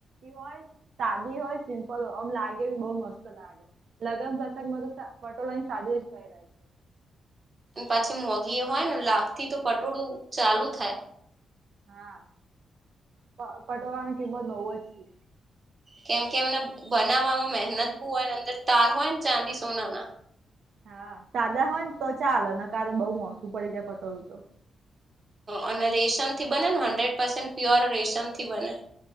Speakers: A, on the right (about 65°); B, on the right (about 30°).
A: હોય સાદી હોય સિમ્પલ હોય આમ લાગે બહ મસ્ત લાગે. લગ્ પ્રસંગ મગ પટોલાની સાડીજ પહેરાય છે.
B: પાછી મોગી એ હોય ને લાખ થી તો પટોળું ચાલુ થાય.
A: હા પ પટોળાની કિંમત બહુજ છે.
B: કેમ કે એમને બનાવવામાં મહેનત બહુ હોય અંદર તાર હોય ને ચાંદી સોના ના.
A: હા સાાદા હોય ને તો ચાલ અને ક બઉ મોખું પડી જાય પટોળું તો.
B: અને રેશમથી બને ને હન્ડ્રેડ પસેન્ટ પ્યોર રેશમ થી બને.